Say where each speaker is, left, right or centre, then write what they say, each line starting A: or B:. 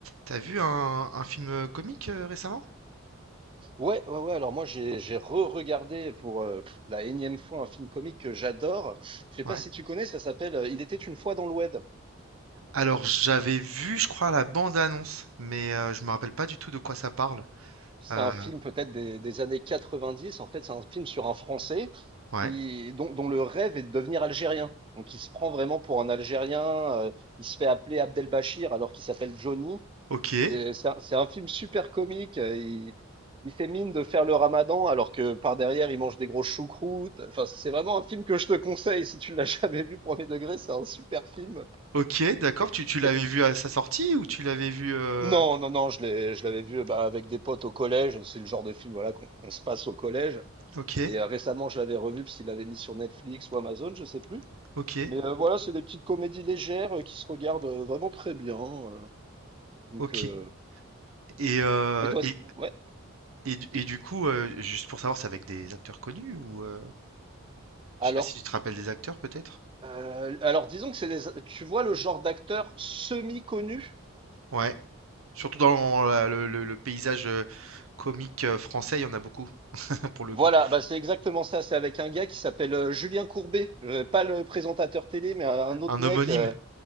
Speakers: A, on the right (about 75°); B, on the right (about 25°).
A: T'as vu un, un film euh, comique euh, récemment?
B: Ouais, ouais, ouais. Alors moi, j'ai j'ai re-regardé pour euh, pff, la énième fois un film comique que j'adore. Je sais
A: Ouais.
B: pas si tu connais, ça s'appelle euh, Il était une fois dans l'Oued.
A: Alors j'avais vu, je crois, la bande-annonce, mais euh, je me rappelle pas du tout de quoi ça parle.
B: C'est
A: Euh,
B: un film peut-être des, des années 90. En fait, c'est un film sur un Français
A: ouais.
B: qui dont, dont le rêve est de devenir algérien. Donc, il se prend vraiment pour un Algérien. euh, il se fait appeler Abdelbachir alors qu'il s'appelle Johnny.
A: Ok.
B: C'est c'est un, c'est un film super comique. euh, Il, il fait mine de faire le ramadan alors que par derrière, il mange des grosses choucroutes. Enfin, c'est vraiment un film que je te conseille si tu ne l'as <laughs> jamais vu, premier degré. C'est un super film.
A: Ok, d'accord.
B: Et-
A: Tu, tu l'avais
B: et-
A: vu à sa sortie ou tu l'avais vu euh,
B: Non, non, non, je l'ai, je l'avais vu bah, avec des potes au collège. C'est le genre de film voilà, qu'on qu'on se passe au collège.
A: Ok,
B: Et euh, récemment, je l'avais revu parce qu'il l'avait mis sur Netflix ou Amazon, je sais plus.
A: ok,
B: Mais euh, voilà, c'est des petites comédies légères euh, qui se regardent euh, vraiment très bien. euh. donc,
A: ok.
B: euh,
A: Et, euh,
B: et toi,
A: et,
B: c- ouais.
A: et, du et du coup, euh, juste pour savoir, c'est avec des acteurs connus ou euh, je
B: Alors,
A: sais pas si tu te rappelles des acteurs peut-être?
B: Heu, alors disons que c'est des tu vois le genre d'acteur semi-connu?
A: Ouais. Surtout dans la- le, le- le paysage euh, comique euh, français, il y en a beaucoup, <laughs> pour le
B: Voilà,
A: coup.
B: bah, c'est exactement ça, c'est avec un gars qui s'appelle, heu, Julien Courbet, heu, pas le présentateur télé, mais un un autre
A: Un
B: mec,
A: homonyme?
B: heu,